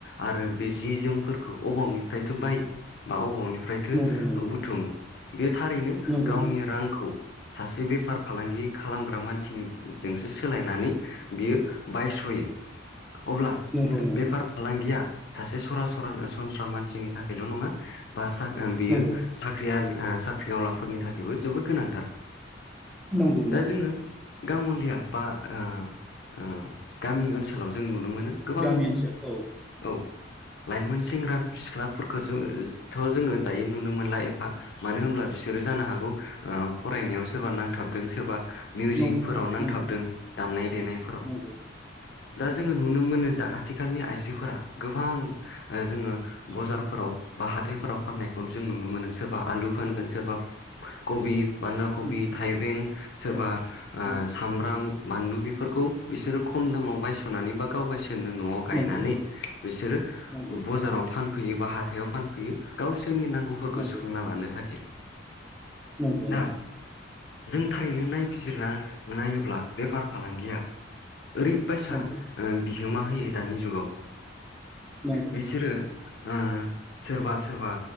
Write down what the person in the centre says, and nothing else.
नंगौ नंगौ
नंगौ
नंगौ
नंगौ
नंगौ
नंगौ नंगौ
गामि ओनसोल औ
औ
नंगौ
नंगौ
नंगौ
नंगौ
उम
औ
नंगौ
नंगौ
नंगौ
नंगौ
नंगौ नंगौ
नंगौ
नंगौ